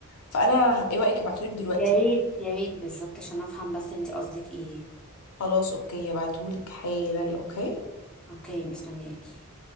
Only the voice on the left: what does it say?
فانا ه- ايه رايك ابعتهولك دلوقتي
خلاص اوكي هبعتهولك حالا اوكي